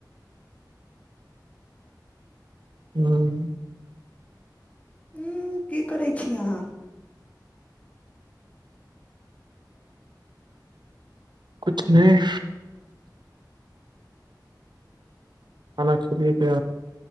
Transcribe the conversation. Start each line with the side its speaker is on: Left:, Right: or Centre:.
Right: हँ
Left: ह की करै छी अहाँ हेलो
Right: कछ नहि अल सुलियके